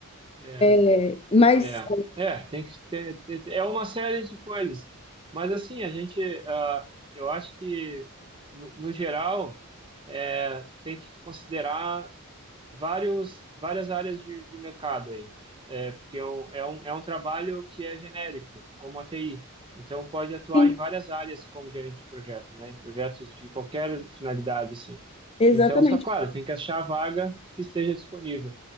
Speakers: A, on the right; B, on the left.
A: é.
B: É, Mas,
A: É, é, tem que ter, ter- ter- é uma série de coisas. Mas assim, a gente, ah, eu acho que no, no geral é, tem que considerar vários, várias áreas de, de mercado aí. É, porque eu, é, um, é um trabalho que é genérico, como a TI. Então, pode atuar
B: sim,
A: em várias áreas como gerente de projeto, né? Em projetos de qualquer finalidade, assim.
B: exatamente.
A: Então, só claro, tem que achar a vaga que esteja disponível,